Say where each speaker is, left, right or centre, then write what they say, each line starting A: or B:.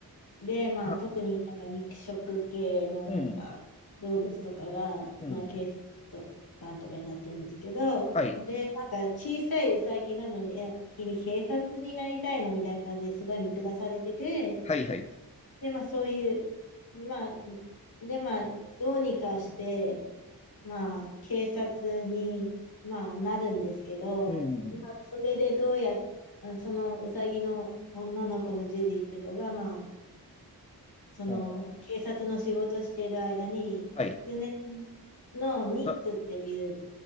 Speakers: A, on the left (about 70°); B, on the left (about 20°).
A: で、まあ特になんか肉食系のなんか動物とかが、
B: あ、うん。うん。
A: まあ警察と官とかになってるんですけど、
B: はい。
A: で、なんか小さいウサギなのに、え、君警察になりたいのみたいな感じですごい見下されてて、
B: はい、はい。
A: で、まあそういう、まあ、で、まあどうにかして、まあ、警察に、まあ、なるんですけど、
B: うん。
A: まあ、それでどうやっ、あそのうさぎの女の子のジュリーって子が、まあ、その警察の仕事している間に、
B: おはい。
A: 狐のニックっていう、
B: あ、